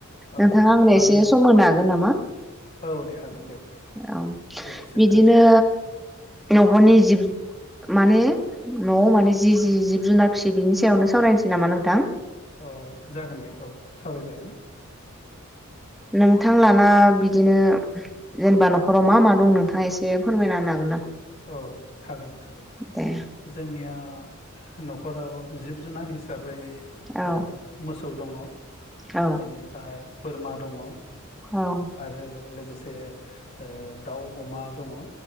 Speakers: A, on the left; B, in the centre.
A: औ
B: नोंथाङा आंनो
A: हागोन
B: एसे
A: दे
B: सम होनो हागोन नामा
A: औ दे हागोन दे
B: औ
A: दे सोंनो
B: बिदिनो
A: हागोन
B: न'खरनि जिब माने न'आव माने जि-जि-जिब जुनार फिसियो बिनि सायावनो सावरायनोसै नामा नोंथां
A: अ जागोन दे औ सावरायजागोन
B: नोंथांलाना बिदिनो जेनेबा न'खराव मा मा दं नोंथाङा एसे फोरमायना होनो हाग
A: औ हागोन हागोन
B: दे
A: जोंनिया न'खराव जिब जुनार हिसाबै
B: औ
A: ओ मोस सौ दङ।
B: औ
A: एनिफ्राय बोरमा दङ
B: औ
A: आरो लोगोसे ओ दाउ अमा दङ